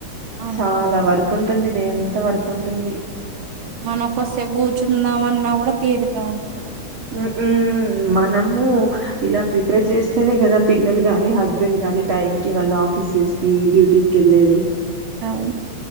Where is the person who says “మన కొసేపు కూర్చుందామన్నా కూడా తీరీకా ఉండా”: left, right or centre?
Right